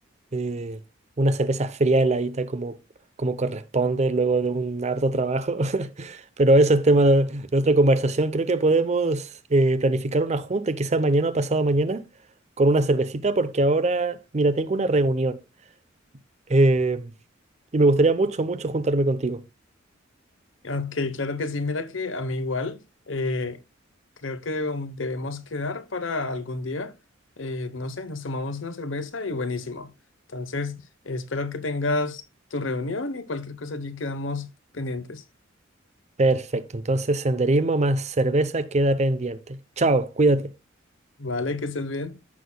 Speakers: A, on the right (about 35°); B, on the left (about 70°).
A: eh, una cerveza fría heladita como, como corresponde luego de un harto trabajo. <laughs> Pero eso es tema de, de otra conversación. Creo que podemos eh, planificar una junta, quizás mañana o pasado mañana, con una cervecita, porque ahora, mira, tengo una reunión. eh, y me gustaría mucho, mucho juntarme contigo.
B: Ok, claro que sí. Mira que a mí igual, eh, creo que debem- debemos quedar para algún día, eh, no sé, nos tomamos una cerveza y buenísimo. Entonces, espero que tengas tu reunión y cualquier cosa allí quedamos pendientes.
A: Perfecto, entonces senderismo más cerveza queda pendiente. Chao, cuídate.
B: Vale, que estés bien.